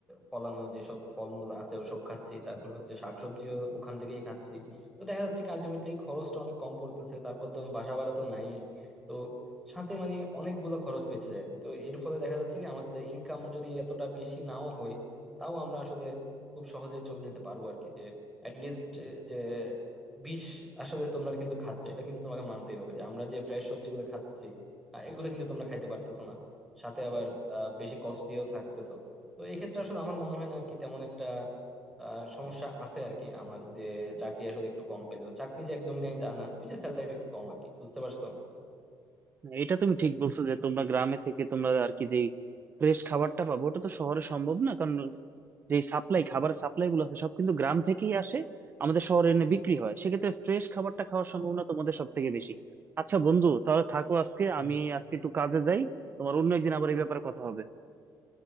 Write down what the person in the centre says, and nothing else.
ফলানো যেসব ফলমূল আছে ওসব খাচ্ছি তারপর হচ্ছে শাকসবজিও ওখান থেকেই খাচ্ছি তো দেখা যাচ্ছে কি আলটিমেটলি খরচটা অনেক কম পড়তেছে তারপর তো বাসা ভাড়া তো নাই তো সাথে মানে অনেকগুলো খরচ বেঁচে যায় আর কি। তো এর ফলে দেখা যাচ্ছে কি আমাদের ইনকাম যদি এতটা বেশি নাও হয় তাও আমরা আসলে খুব সহজে চলে যেতে পারবো আর কি যে অ্যাটলিস্ট যে বিষ আসলে তোমরা কিন্তু খাচ্ছ এটা কিন্তু তোমাকে মানতেই হবে যে আমরা যে ফ্রেশ সবজিগুলো খাচ্ছি আহ, এগুলো কিন্তু তোমরা খাইতে পারতেছো না সাথে আবার আহ, বেশি কস্টলিও থাকতেছো তো এই ক্ষেত্রে আসলে আমার মনে হয় না আর কি তেমন একটা আহ, সমস্যা আছে আর কি আমার যে চাকরি আসলে একটু কম পেলেও চাকরি যে একদমই নাই তা না ওই যে স্যালারি একটু কম আর কি বুঝতে পারছো
হুম।